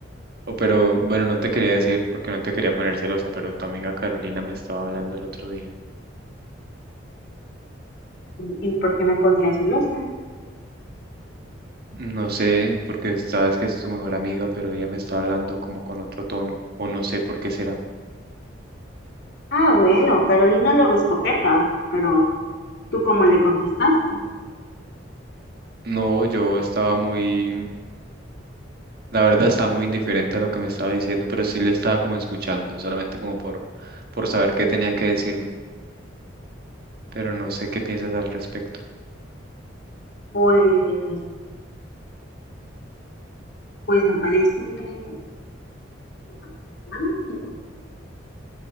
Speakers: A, on the right (about 55°); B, on the left (about 60°).
A: o pero bueno, no te quería decir porque no te quería poner celosa, pero tu amiga Carolina me estaba hablando el otro día.
B: ¿y por qué me pondría celosa?
A: No sé, porque sabes que es tu mejor amiga, pero ella me está hablando como con otro tono, o no sé por qué será.
B: Ah, bueno, Carolina luego es coqueta, pero ¿tú cómo le contestaste?
A: No, yo estaba muy, la verdad estaba muy indiferente a lo que me estaba diciendo, pero sí le estaba como escuchando, solamente como por, por saber qué tenía que decirme, pero no sé qué piensas al respecto.
B: Pues, pues me parece, me parece mal, pero